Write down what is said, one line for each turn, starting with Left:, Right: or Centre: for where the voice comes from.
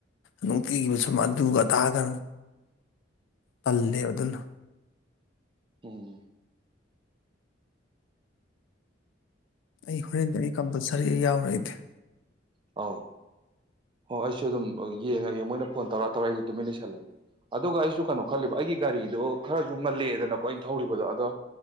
Left: ꯅꯨꯡꯇꯤꯒꯤꯈꯤꯕ ꯁꯨꯝ ꯑꯗꯨꯒ ꯑ ꯇꯥꯑꯒ ꯄꯜꯂꯦꯕ ꯑꯗꯨꯅ
Right: ꯎꯝ
Left: ꯑꯩ ꯍꯣꯔꯦꯟꯗꯤ ꯑꯩ ꯀꯝꯄꯜꯁꯔꯤ ꯌꯥꯎꯔꯛꯏꯗꯤ
Right: ꯑ ꯑꯣ ꯑꯩꯁꯨ ꯑꯗꯨꯝ ꯌꯦꯡꯉꯒꯦ ꯃꯣꯏꯅ ꯐꯣꯟ ꯇꯧꯔ ꯇꯧꯔꯛ ꯑꯩꯁ ꯇꯨꯃꯤꯟ ꯂꯩꯁꯜꯂꯒꯦ ꯑꯗꯨꯒ ꯑꯩꯁꯨ ꯀꯩꯅꯣ ꯈꯜꯂꯤꯕ ꯑꯩꯒꯤ ꯒꯥꯔꯤꯗꯣ ꯈꯔꯁꯨ ꯃꯜꯂꯛꯑꯦꯗꯅꯀꯣ ꯑꯩꯅ ꯊꯧꯔꯤꯕꯗꯣ ꯑꯗꯣ